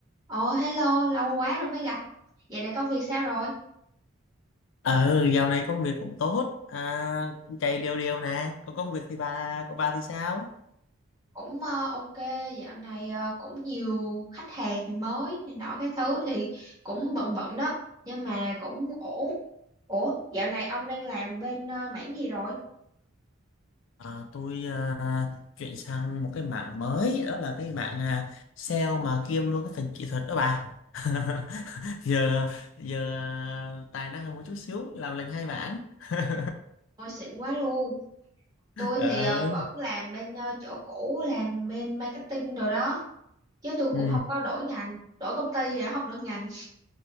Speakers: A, on the right (about 20°); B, on the left (about 65°).
A: Ồ, hello, lâu quá rồi mới gặp. Dạo này công việc sao rồi?
B: ừ dạo này công việc cũng tốt à, cũng chạy đều đều nè còn công việc thì bà của bà thì sao
A: Cũng ờ, ok, dạo này ờ, cũng nhiều khách hàng mới này nọ cái thứ thì cũng bận bận đó, nhưng mà cũng ổn. Ủa, dạo này ông đang làm bên ờ, mảng gì rồi?
B: à, tôi à, chuyển sang một cái mảng mới đó là cái mảng à, sale mà kiêm luôn cái phần kỹ thuật đó bà <laughs> giờ giờ à, tài năng hơn một chút xíu làm lành hai mảng <laughs>
A: Ôi xịn quá luôn. Tôi
B: ừ.
A: thì ờ, vẫn làm bên ờ, chỗ cũ, làm bên marketing rồi đó, chứ tôi cũng
B: ừ.
A: không có đổi ngành, đổi công ty, à, không đổi ngành.